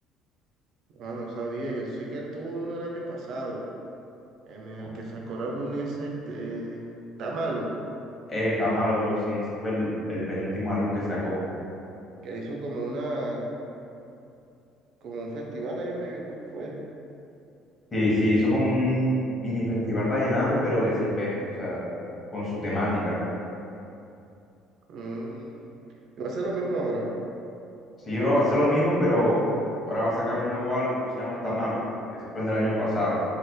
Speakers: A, on the right; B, on the left.
A: ah no sabía. Yo sé que él tuvo uno el año pasado, en el
B: No,
A: que sacó el álbum ese, este, Está Malo,
B: eh, está malo, bro, sí, ese fue el el penúltimo álbum que sacó.
A: que él hizo como una, como un festival allá en Valledupar, fue.
B: Sí, sí, hizo como un mini festival vallenato, pero de Silvestre, o sea, con su temática.
A: Mm, y va a ser lo mismo ahora.
B: Sí, bro, va a ser lo mismo, pero ahora va a sacar un nuevo álbum, se llama Está Malo, porque ese fue el del año pasado.